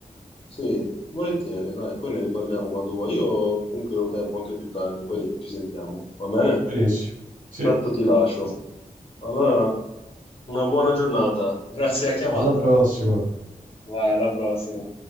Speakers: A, on the left; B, on the right.
A: Sì, volentieri, dai, poi ne riparliamo quando vuoi. Io comunque ho tempo anche più tardi, poi ci sentiamo, va bene?
B: Benissimo. Sì.
A: Tanto ti lascio. Allora, una buona giornata. Grazie alla chiamata.
B: Alla prossima.
A: Vai, alla prossima.